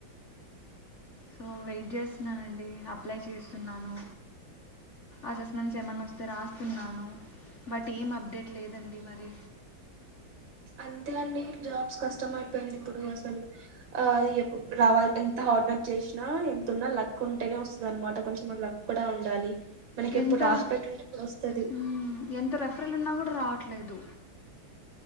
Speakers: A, on the left; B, on the right.
A: సో వెట్ చేస్తున్నానండి అప్లై చేస్తున్నాను అసెస్మెంట్స్ ఎమన్న వస్తే రా రాస్తున్నాను బట్ ఏం అప్డేట్ లేదండి మరి
B: అంతే అండి జాబ్స్ కష్టం అయిపోయింది ఇప్పుడు అసలు అది రావాల ఎంత హార్డ్ వర్క్ ర్క్ చ్చేసినా ఎంతతున్నా లక్ ఉంటేనే ఓస్తుంది అనమాట కొంచెం లక్కూడ ఉండాలి మనకి
A: ఎంత
B: ఎప్పుడు రాసి పెట్టుంటే అప్పుడు వస్తది
A: హ్మ్ ఎంత రెఫరెల్ ఉన్నా కూడ రావట్లేదు